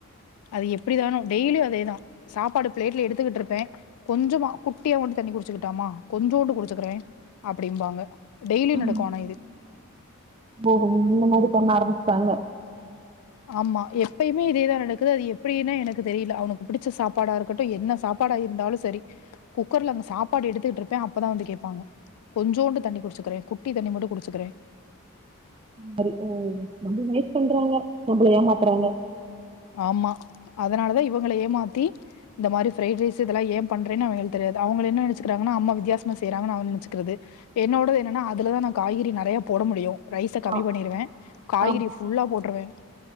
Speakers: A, on the left; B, on the right.
A: அது எப்டிதானோ டெய்லியு அதேதான் சாப்பாடு பிளேட்ல எடுத்துக்கிட்டு இருப்பேன் கொஞ்சமா குட்டியா மட்டு தண்ணி குடிச்சுக்கிட்டாமா கொஞ்சோண்டு குடிச்சுக்கிறேன் அப்பிடிம்பாங்க டெய்லியும்
B: ம் ம்.
A: நடக்கும் ஆனா இது
B: ஓஹோ இந்த மாரி பண்ண ஆரம்பிச்சுட்டாங்க
A: ஆமா எப்பயுமே இதேதான் நடக்குது அது எப்படின்னா எனக்கு தெரில அவனுக்கு புடிச்ச சாப்பாடா இருக்கட்டும் என்ன சாப்பாடா இருந்தாலும் சரி குக்கர்ல அங்க சாப்பாடு எடுத்துட்டு இருப்பேன் அப்பதான் வந்து கேப்பாங்க கொஞ்சோண்டு தண்ணி குடிச்சுக்கிறேன் குட்டி தண்ணி மட்டு குடிச்சுக்கிறேன்
B: நாரு ம் நம்ப நைஸ் பண்றாங்க நம்பள ஏமாத்துறாங்க
A: ஆமா அதுனாலதா இவங்கள ஏமாத்தி இந்த மாதிரி ஃப்ரைட் ரைஸ் இதெல்லா ஏ பண்றேன்னு அவங்களுக்கு தெரியாது அவங்க என்ன நினச்சுக்கிறா கன்கனா அம்மா வித்தியசமா செய்றாங்கன்னு அவுங்க நினச்சக்கிறது என்னோடது என்னன்னா அதுலதான் நா காய்கறி நெறைய போட முடியும் ரைஸ கம்மி
B: ஆ
A: பண்ணிருவேன் காய்கறிய
B: ஆமா
A: ஃபுல்லா போட்டுருவேன்